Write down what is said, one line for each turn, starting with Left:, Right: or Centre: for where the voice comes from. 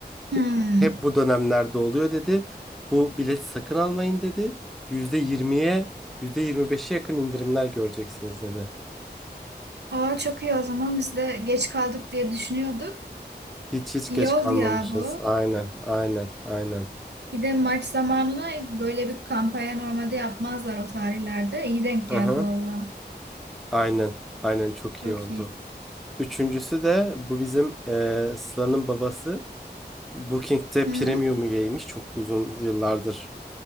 Right: Hmm.
Centre: Hep bu dönemlerde oluyor dedi. Bu bilet sakın almayın dedi. Yüzde yirmiye, yüzde yirmi beşe yakın indirimler göreceksiniz dedi.
Right: Aa, çok iyi o zaman. Biz de geç kaldık diye düşünüyorduk.
Centre: Hiç hiç
Right: İyi
Centre: geç
Right: oldu
Centre: kalmamışız.
Right: ya bu.
Centre: Aynen, aynen, aynen.
Right: Bir de maç zamanına böyle bir kampanya normalde yapmazlar o tarihlerde. İyi denk
Centre: Hı
Right: geldi
Centre: hı.
Right: valla.
Centre: Aynen, aynen çok
Right: Çok
Centre: iyi oldu.
Right: iyi.
Centre: Üçüncüsü de bu bizim eee Sıla'nın babası. Booking'te
Right: Hı
Centre: premium
Right: hı.
Centre: üyeymiş. Çok uzun yıllardır